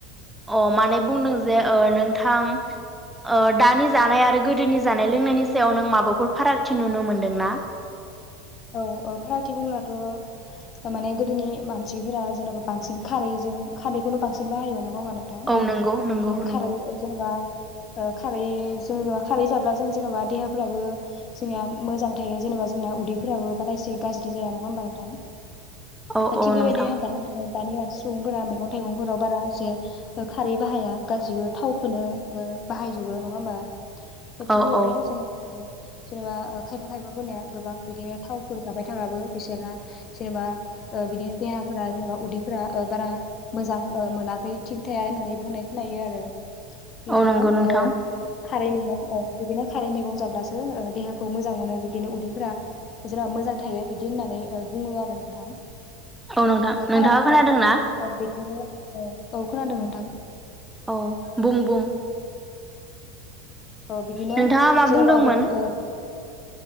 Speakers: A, in the centre; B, on the left.
A: अ माने बुंदों जे औ नोंथां औ दानि जानायात गोदोनि जानाय लोंनायनि सायाव नों माबाफोर फारागथि नुनो मोनदोंना
B: औ औ फारागथि बुंब्लाथ' माने गोदोनि मानसिफोरा जेन'बा बांसिन खारैजों खारैखौनो बांसिन बाहायोमोन नङा होमबा नोंथां
A: औ नंगौ नंगौ नंगौ।
B: खारै जेनेबा खारै जों जेनबा खारै जाब्ला जों जेनेबा देहाफ्राबो जोंनिया मोजां थायो जेनेबा जोंना उदै फोराबो बाराय इसे गाज्रि जाया नङा होमबा नोंथां
A: औ औ
B: थिग बेबायदिनो
A: नोंथां
B: दानि मानसि सुबुंफोरा मैगं थाइगंफोराव बारा एसे खारै बाहाया गासैबो थावखौनो बाहायजोबो नङा होमबा बेथिंबो
A: औ
B: बेदिनो
A: औ
B: जों जेनेबा अह खायफा खायफा फोरनिया गोबां बिदिनो थावफोर जाबाय बिथाङाबो बिसोरना सोरनिबा बिदिनो देहा फोरा <inaudible> उदैफोरा ओ बारा मोजां मोनाखै थिग थाया होननानै बुंनाय खोनायो आरो बिबदिनो
A: औ नंगौ नोंथां
B: ओह खारै मैगं ओ बिदिनो खारै मैगं जाब्लासो देहाखौ मोजां मोनो बिबदिनो उदैफोरा जेनबा मोजां थायो बिदि होननानै बुङो आरो नोंथां
A: औ नोंथां
B: ओ
A: नोंथाङा
B: फाराग बुंब्लाथ'
A: खोनादों
B: ओ
A: ना
B: <inaudible> औ खोनादों नोंथां
A: औ बुं-बुं
B: ओ बिदिनो
A: नोंथाङा मा
B: जेनेबा
A: बुंदोंमोन?
B: बि ओ